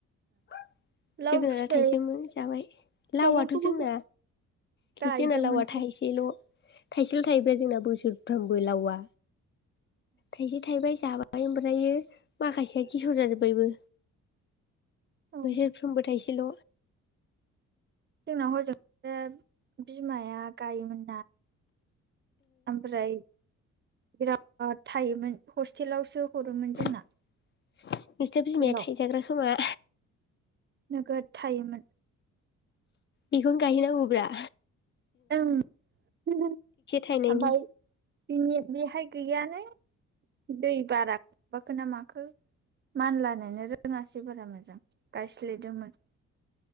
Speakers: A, on the left; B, on the right.
A: जोगोनारा
B: लाव फिथाइ
A: थाइसोमोन जाबाय। लावआथ'
B: माबाखौबो
A: जोंना
B: गायदोंमोन
A: जोंना लावआ थाहैसैल'। थायसेल' थायोब्ला जोंना बोसोरफ्रामबो लावा। थाइसे थाइबाय जाबाय ओफ्राय ओमफ्र माखासे सेवजाजोब्बायबो।
B: औ
A: बोसोरफ्रोमबो थाइसेल'
B: जोंनाव हजों बिमाया गायोमोनना ओमफ्राय बिराद थायोमोन हस्टेलावसो हरोमोन जोंना
A: नोंसिना
B: स्कुलाव
A: बिमाया थाइजाग्रा खोमा
B: नोगोद थायोमोन।
A: बेखौनो गायहैनांगांगौब्रा।
B: ओं ओमफ्राय
A: थाइनायनि
B: बिनि बेहाय गैयानो दै बारा माबाखो ना माखो मानलानो रोङासै बारा मोजां गायस्लेदोंमोन।